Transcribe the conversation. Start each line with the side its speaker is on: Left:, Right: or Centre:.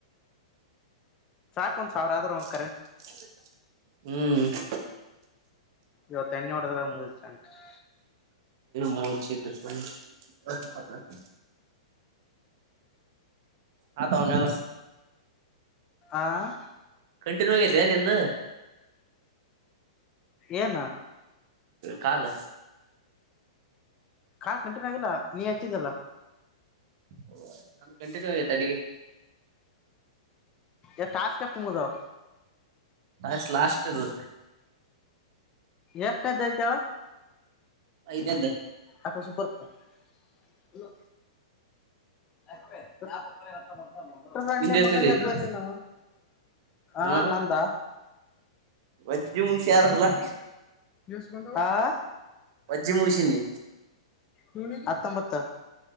Left: ಸಾಕ ಒಂದ ಸಾವ್ರ ಆದ್ರರು ಒಂ., -
Right: ಹ್ಮ್.
Left: ಇವತ್ತು ಎಣ್ಣೆ ಒಡದ್ರಮುಗನ್ ಸಾಕು. -
Right: ಮಚಿ್ದ <unintelligible> <unintelligible> ಹ ತೊಂಗ. <inaudible>
Left: ಆ,
Right: ಕಂಟಿನ್ಯೂ ಆಗೈತೆ ನಿಂದ.
Left: ಏನು?
Right: ಕಾಲ-
Left: ಕಾಲ್ ಕಂಟಿನ್ಯೂ ಆಗಿಲ್ಲ ನೀ ಹಚ್ಚಿದಲ್ಲ.
Right: ಓ ನು ಕಂಟಿನ್ಯೂ ಆಗೈತೆ ಅಲ್ಲಿಗೆ. -
Left: ಎ ಟಾಸ್ಕ ಎಷ್ಟ ಮುಗಿದಿವೆ.
Right: ಆಯ್ತು ಲಾಸ್ಟ್ ಇದು.
Left: ಎಷ್ಟಂದಐತಹೇಳ.
Right: ಐದನಂದ್ದು.
Left: ಆಕೋ ಸೂಪರ್. ಆಾ ಯಾ ಪ ಎಂತ ಮಾಡ <unintelligible> ರಂಡೆ
Right: ನಿಂದ ಎಷ್ಟನೇದ
Left: ಮಗ ಜತನೆ
Right: ಐತಿ
Left: ನ. <unintelligible> ಹಾ
Right: ಹ
Left: ನಂದಾ.
Right: ವಜ್ಜಿ ಮುಗಷಿಆದರಲ್ಲ.
Left: ನ್ಯೂಸ್ ಬಂದಾವ ಆ <inaudible>
Right: ವಜ್ಜಿ ಮುಗಷಿನಿ.
Left: ಹ್ಮ್, ಹತ್ತೊಂಬತ್ತ-